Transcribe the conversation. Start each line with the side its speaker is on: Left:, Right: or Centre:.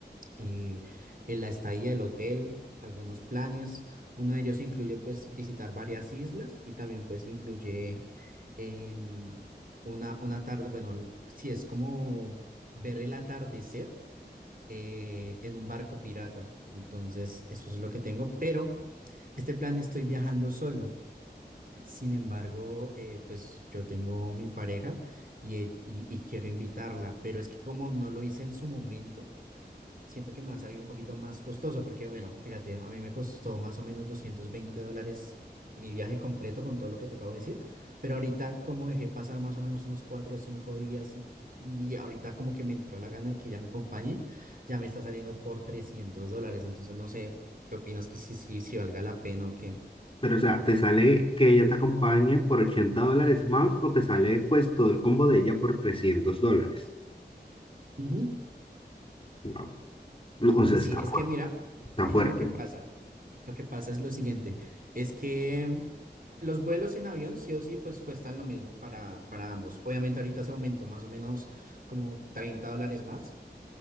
Right: eh, en la estadía del hotel, algunos planes. Uno de ellos incluye pues visitar varias islas y también pues incluye em, una, una tarde, bueno, l- si es como ver el atardecer eh, en un barco pirata. Entonces, eso es lo que tengo, pero este plan estoy viajando solo. Sin embargo, eh, pues yo tengo mi pareja y, e- y y quiero invitarla, pero es que como no lo hice en su momento, siento que me va a salir un poquito más costoso, porque bueno, fíjate, a mí me costó más o menos 220 dólares mi viaje completo con todo lo que te acabo de decir, pero ahorita como dejé pasar más o menos unos 4 o 5 días y ahorita como que me entró la gana de que ya me acompañe, ya me está saliendo por 300 dólares, entonces no sé qué opinas que si, si, si valga la pena o qué.
Left: Pero, o sea, ¿te sale que ella te acompañe por 80 dólares más o te sale pues todo el combo de ella por 300 dólares?
Right: Ujú.
Left: Wow. No, o sea,
Right: Sí,
Left: está
Right: es
Left: fuerte,
Right: que mira,
Left: está
Right: mira
Left: fuerte.
Right: lo que pasa. Lo que pasa es lo siguiente, es que mm, los vuelos en avión sí o sí pues cuestan lo mismo para, para ambos. Obviamente ahorita se aumentó más o menos como 30 dólares más,